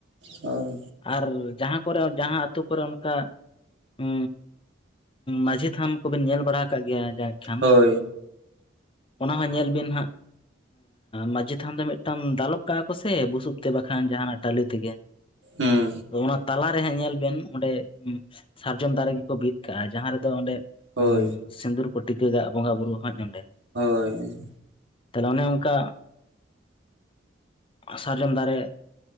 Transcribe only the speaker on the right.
ᱦᱳᱭ
ᱦᱳᱭ
ᱦᱩᱸ
ᱦᱳᱭ
ᱦᱳᱭ